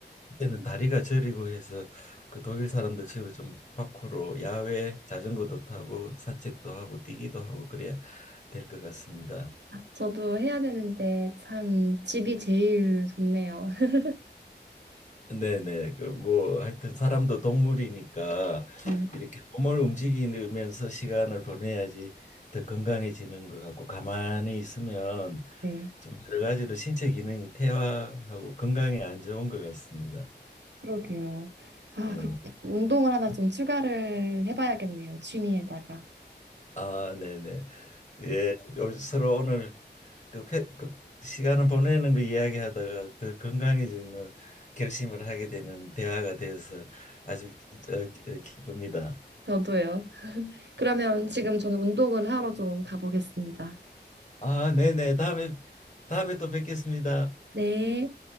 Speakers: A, on the left; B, on the right.
A: 그때는 다리가 저리고 해서 그 독일 사람들처럼 좀 밖으로 야외 자전거도 타고 산책도 하고 뛰기도 하고 그래야 될 것 같습니다.
B: 저도 해야 되는데 참 집이 제일 좋네요. <laughs>
A: 네네 그 뭐 하여튼 사람도 동물이니까
B: 네,
A: 이렇게 몸을 움직이면서 시간을 보내야지 더 건강해지는 것 같고 가만히 있으면
B: 네,
A: 좀 여러 가지로 신체 기능이 퇴화하고 건강에 안 좋은 것 같습니다.
B: 그러게요. 아,
A: 예.
B: 그럼 운동을 하나 좀 추가를 해봐야겠네요. 취미에다가.
A: 아, 네네. 예, 어, 서로 오늘 그, 페, 그 시간을 보내는 거 이야기하다가 더 건강해지는 결심을 하게 되는 대화가 되어서 아주 어, 기- 어, 기쁩니다.
B: 저도요. 그러면
A: 예.
B: 지금 저는 운동을 하러 좀 가보겠습니다.
A: 아, 네네. 다음에 다음에 또 뵙겠습니다.
B: 네.